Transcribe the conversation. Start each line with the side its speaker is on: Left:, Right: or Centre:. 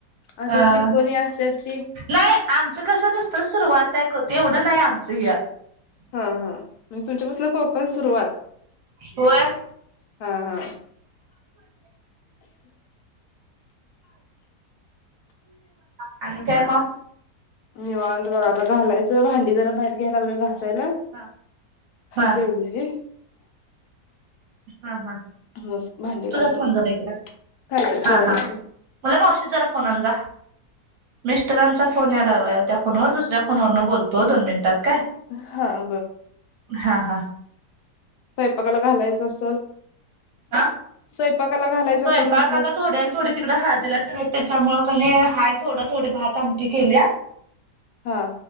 Left: असं
Right: हां
Left: त्रिकोणी असतात ते.
Right: नाय आमचं कस नुसत सुरवात <unintelligible> होत एवढं न्हाय आमचं ह्य
Left: हा हा. म्हंजे तुमच्यापासन कोकन सुरुवात?
Right: होय
Left: हा हा.
Right: आणि काय मग?
Left: निवांत बगा. आता घालायचं भांडी जरा बाहेर घ्यालागलोय घासायला
Right: हा हा
Left: जेवलेली
Right: हा हा.
Left: मस भांडी घासून
Right: तुझाच फोन झाला एकदा.
Left: कायतर
Right: हा
Left: करायचं.
Right: हा, मुला मावशीचा जरा फोन आण जा. मिस्टरांचा फोन या लागलाय ओ त्या फोनवर, दुसऱ्या फोनवरन बोलतो दोन मिन त्यात काय
Left: हा
Right: हा हा
Left: सैपाकाला घालायचं असल
Right: अ
Left: स्वयंपाकाला घालायचं
Right: स्वयपाक
Left: असल म्हण
Right: आता थोड्याल थोडे तिकडे हाळदीला चाल्यात त्याच्यामुळे चल्ले हाय थोडं थोडी भातआमटी केल्या‌
Left: हा